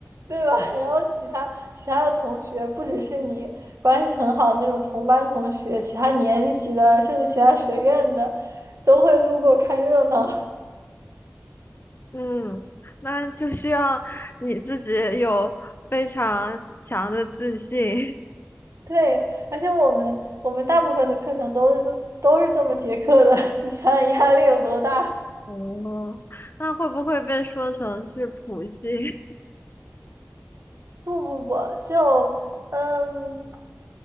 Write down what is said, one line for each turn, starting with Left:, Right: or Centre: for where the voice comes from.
Right: 对吧？<laughs> 然后其他其他的同学不只是你关系很好的那种同班同学，其他年级的甚至其他学院的都会路过看热闹。<laughs>
Left: 嗯，那就需要你自己有非常强的自信。
Right: 对，而且我们我们大部分的课程都是这都是这么结课的，<laughs> 你想想压力有多大？
Left: <laughs> 哦，那会不会被说成是普信
Right: 不不不，就嗯。